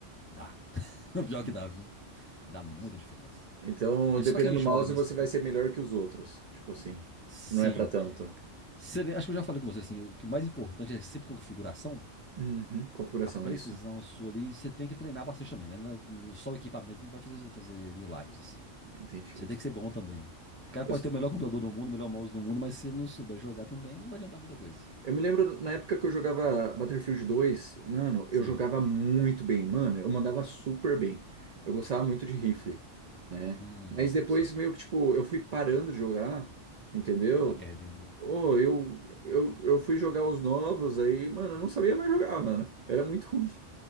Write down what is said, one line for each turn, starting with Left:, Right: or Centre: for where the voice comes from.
Left: dá. <laughs> O pior
Right: Nossa.
Left: que dá, viu? Dá muita
Right: nossa.
Left: diferença.
Right: Então,
Left: E é
Right: dependendo
Left: só quem joga
Right: do mouse,
Left: mesmo
Right: você
Left: competitivo.
Right: vai ser melhor que os outros. Tipo assim,
Left: Sim.
Right: não é pra tanto.
Left: Sele- Acho que eu já falei com você, assim, o que o mais importante é sempre com configuração,
Right: Uhum, configuração,
Left: a precisão
Right: isso.
Left: sua ali, você tem que treinar bastante também, né? Na- no- Só o equipamento não vai fazer, fazer milagres, assim.
Right: Entendi.
Left: Você tem que ser bom também. O cara
Right: Eu,
Left: pode ter o melhor computador do mundo, o melhor mouse do mundo, mas se ele não souber jogar também, não vai adiantar muita coisa.
Right: Eu me lembro na época que eu jogava Battlefield dois, mano, eu
Left: Sim.
Right: jogava muito bem, mano, eu mandava super bem. Eu gostava muito de rifle, né?
Left: Hum,
Right: Mas depois
Left: sim.
Right: meio que tipo, eu fui parando de jogar, entendeu?
Left: Vai perdendo.
Right: Oh, eu, eu, eu fui jogar os novos aí, mano, eu não sabia mais jogar, mano. Era muito ruim.